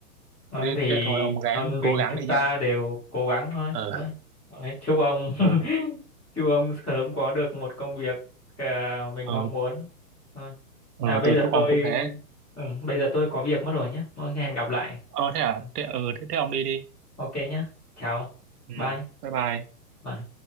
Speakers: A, in the centre; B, on the right.
A: Vâng,
B: Thế,
A: thì
B: thế thôi ông gắng
A: thôi mình
B: cố gắng
A: chúng
B: đi
A: ta
B: nha
A: đều cố gắng thôi
B: ờ
A: thôi Thôi, chúc ông <laughs>
B: ờ
A: chúc ông sớm có được một công việc à, mình
B: ờ
A: mong muốn thôi
B: ờ,
A: à bây
B: tôi
A: giờ
B: chúc
A: tôi
B: ông cũng thế
A: ừ, bây giờ tôi có việc mất rồi nhé thôi hẹn gặp lại
B: ờ thế à
A: Ừ.
B: thế ờ thế, thế ông đi đi
A: ok nhé chào
B: ừ
A: bye
B: bye bye
A: bye